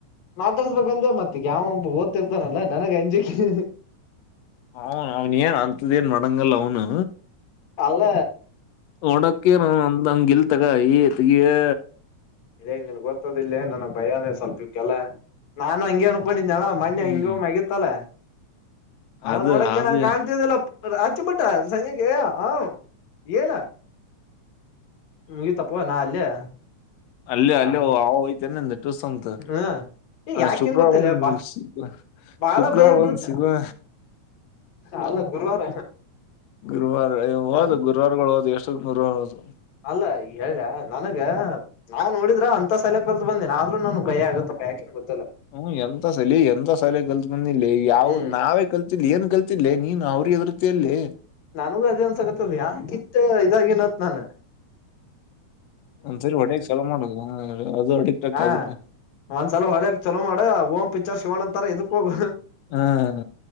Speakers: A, on the left; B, on the left.
A: ಮಾತಾಡ್ಸ್ಬೇಕಂದೆ ಮತ್ತ ಯಾವ ಒಬ್ಬ ಓದತಿರ್ತಾನಲ್ಲಾ ನನಗ್ ಅಂಜಕ್ಕೆೆ
B: ಅವನು ಅವನ್ ಏನ್ ಅಂತ್ದ ಏನ್ ಮಾಡಡಂಗಲ್ಲ ಅವನು
A: ಅಲ್ಲ
B: ಒಡಕ್ಕ ನ ಅಂಗಗೆಲ್ತಗ ತಿಗೆ
A: ಇಲ್ಲ ಇ ಗೊತ್ತದಿಲ್ಲೇ ನನಗ್ ಭಯನೇ ಸ್ವಲ್ಪಕ್ಕೆಲ್ಲ ನಾನು ಹಂಗಗೆನು ಹಕೊಂಡಿದ್ದ ಜನ ಮನ್
B: ಹ್ಮ್
A: ಹಿಂಗ ಮಗತ್ತಲ್ಲ ಅವ
B: ಅದು
A: ನೋಡಕ
B: ಅದು
A: ನಾ ಕಾಣ್ತಿದ್ದಿಲ್ಲ ಕಚ್ಚಪಟ್ಟ ಸಂಕ್ಕೆ ಹ ಏನ ಹಗ ತಪ್ಪ ನಾ ಅಲ್ಲೇ
B: ಅಲ್ಲಿ ಅಲ್ಲಿ
A: ಯಾ
B: ಆ ಹೋಗ್ತನೆ ನಿ ಟುಸ್ ಅಂತ
A: ಹ್ಮ ಏ
B: ಹ
A: ಯಾಕೆ
B: ಶುಕ್ರವಾರ
A: ಹೆಂಗ್ ಗೊತ್ತಲ್ಲ
B: ಒಂದು
A: ಬಾ
B: ಸಿಗ
A: ಬಾಳ
B: ಶುಕ್ರವಾರ
A: ಭಯ
B: ಬಂದು
A: ಬೀಳುತ್ತೆ
B: ಸಿಗುವ
A: ಅಲ್ಲ ಗುರುವಾರ
B: ಗುರುವಾರ ಹಓದು
A: ಹ
B: ಗುರುವಾರಗಳು ಹೋದು ಎಷ್ಟು ಗುರುವಾರ ಹೋದು
A: ಅಲ್ಲ ಹೇಳ್ಯ ನನಗ ನಾವು ನೋಡ್ರ ಅಂತ ಸಯ ಕಲ್ತ್ ಬಂದಿನಿ ಆದ್ರೂ ನನ್ಗೆಯ ಆಗುತ್ತಪ್ಪ ಯಾಕೆ ಗ
B: ಹ್ಮ ಎಂತ ಸಲ ಎಂತ ಸಲ ಕಲ್ತ್ ಬಂದಿಲ್ಲ ಯಾವವು
A: ಹ್ಮ್
B: ನಾವೇ ಕಲ್ತ್ ಏನು ಕಲ್ತಿಿಲ್ಲೇ ನೀನು ಅವ್ರ ಅದ್ರತಿಯಲ್ಲಿ
A: ನಾನೂಗ ಅದೇ ಅನ್ಸಗತ್ತದ ಯಾಕಿತ್ ಇದಾಗಿನತ್ ನಾನು
B: ಒಂದ್ಸರಿ ಹೊಡಕ್ ಚಲೋ ಮಾಡದು ಅದು ಅಡಿಕ್ಟ್ ಆಕೆ
A: ಹಾ
B: ಅದಕ್ಕ
A: ಒಂದ್ಸಲ ಹೊಲ್ಯಕ್ ಚಲೋ ಮಾಡ ಓ್ ಪಿಕ್ಚರ್ ಶಿವಣ್ಣ ಅಂತಾರ ಇದಕ್ ಹೋಗ
B: ಹ್ಮ್